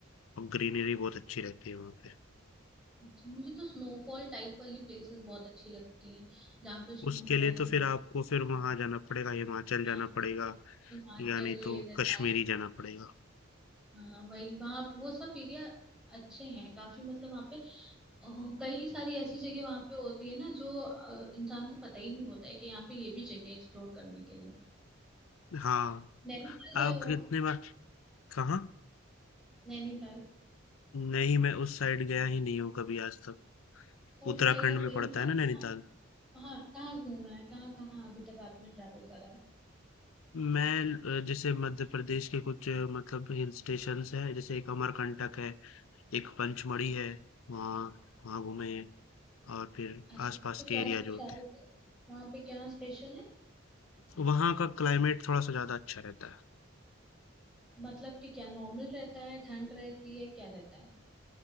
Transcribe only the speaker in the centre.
अच्छा मुझे तो स्नोफॉल टाइप वाली प्लेसेस बहुत अच्छी लगती हैं जहाँ पे स्नोफॉल
हो
आसपास
हिमाचल
लेह
लद्दाख
हाँ वही वहाँ पे वो सब एरिया अच्छे हैं काफी मतलब वहाँ पे अ, कई सारी ऐसी जगह वहाँ पे होती है ना जो अ, इंसान को पता ही नहीं होता है कि यहाँ पे ये भी जगह एक्सप्लोर करने के लिए
नैनीताल
गए हो
आप
नैनीताल
साउथ
साइड आप
गए
नहीं, तो
आप
कहाँ कहाँ कहाँ घूमा है कहाँ कहाँ अभी तक आपने ट्रैवल करा है
अच्छा
वहाँ पे क्या
स्पेशलिटी
है वहाँ पे क्या स्पेशल है
मतलब कि क्या नॉर्मल रहता है ठंड रहती है क्या रहता है